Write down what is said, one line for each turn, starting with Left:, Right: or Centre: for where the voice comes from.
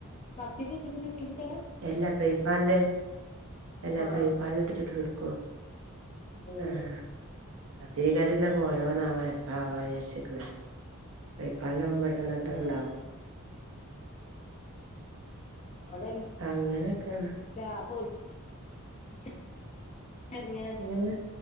Left: പത്തിരി ഇട്ടിട്ട് ചുട്ടെടുക്കലാ
Right: എല്ല ഫ്രൈപാൻല് എല്ലാ
Left: ആ
Right: ഫ്രൈപാനില്ട്ട് ചുട്ട് എടുക്കും
Left: ഉം
Right: ആഹ് പത്തിരികല്ല്ന്നക്കെ ഓരോന്ന് ആവാ എപ്പ ആവാ വിജര്ച് ആഹ് ഫ്രൈപാനിൽ പെട്ടന്ന് പെട്ടന്നണ്ടാവും
Left: ഉം അതല്ല
Right: അങ്ങനെയൊക്കെയാണ്
Left: ല്ല അപ്പൊല് <unintelligible> ചെറങ്ങിയ
Right: എങ്ങനെ